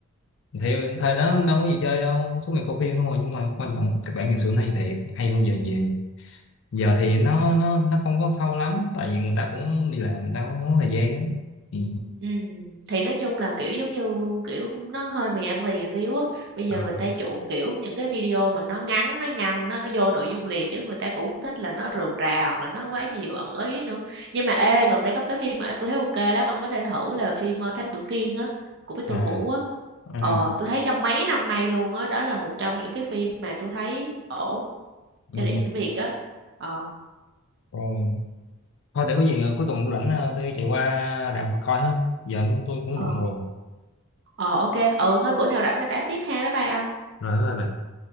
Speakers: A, on the left (about 55°); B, on the right (about 50°).
A: thì thời đó đâu có gì chơi đâu suốt ngày coi phim thôi nhưng mà quan trọng kịch bản ngày xưa này thiệt hay hơn giờ nhiều giờ
B: ừ.
A: thì nó nó nó không có sâu lắm tại vì người ta cũng đi làm người ta cũng không có thời gian á ừ
B: Ừ. Thì nói chung là kiểu giống như kiểu nó hơi mì ăn liền xíu á. Bây giờ
A: à
B: người ta chuộng kiểu những cái video mà nó ngắn, nó nhanh, nó vô nội dung liền chứ người ta cũng không thích là nó rườm rà hoặc là nó quá nhiều ẩn ý nữa. Nhưng mà ê, gần đây có một cái phim mà tôi thấy ok lắm, ông có thể thử là phim ờ, Thánh Tử Kiên á của Victor
A: à
B: Vũ á.
A: à
B: Ờ, tôi thấy trong mấy năm nay luôn á, đó, là một trong những cái phim mà tôi thấy ổn cho
A: ừ
B: điện ảnh Việt á. Ờ,
A: rồi thôi để có gì ờ, cuối tuần tôi rảnh ờ, tôi chạy qua rạp coi không giờ cũng tôi cũng
B: ờ,
A: bận rồi
B: ờ ok. Ừ thôi bữa nào rảnh là tám tiếp ha. Bye bye ông.
A: rồi bye bye